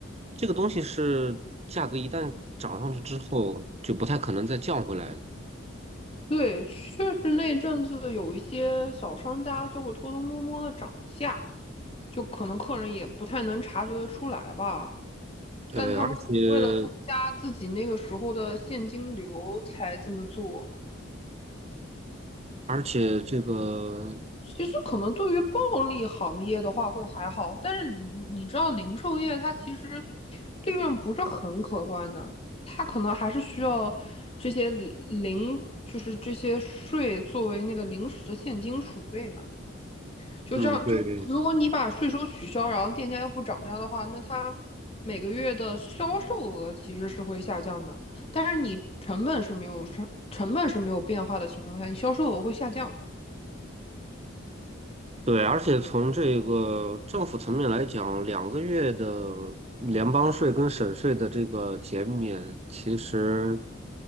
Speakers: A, on the right; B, on the left.
A: 这个东西是价格一旦涨上去之后，就不太可能再降回来了。
B: 对，确实那一阵子有一些小商家就会偷偷摸摸的涨价，就可能客人也不太能察觉得出来吧。
A: 呃，
B: 但他们可能为了增加自己那个时候的现金流才这么做。
A: 而且而且这个，
B: 其实可能对于暴利行业的话会还好，但是你你知道零售业它其实利润不是很可观的，它可能还是需要这些零就是这些税作为那个临时的现金储备嘛。就这样，
A: 嗯，对。
B: 就如果你把税收取消，然后店家又不涨价的话，那它每个月的销售额其实是会下降的，但是你成本是没有上，成本是没有变化的情况下，你销售额会下降。
A: 对，而且从这个政府层面来讲，两个月的联邦税跟省税的这个减免，其实